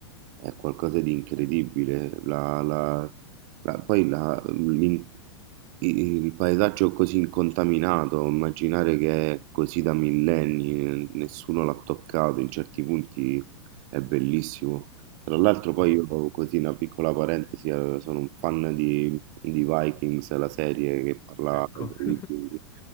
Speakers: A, on the right; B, on the left.
A: è qualcosa di incredibile, la, la, la- poi la, l'in- i- Il paesaggio così incontaminato, immaginare che è così da millenni, eh, nessuno l'ha toccato, in certi punti è bellissimo. Tra l'altro poi
B: Eh,
A: io,
B: sì,
A: così una piccola parentesi, eh, sono un fan di, di Vikings, la serie che parla
B: ecco,
A: di
B: <laughs>
A: vichinghi,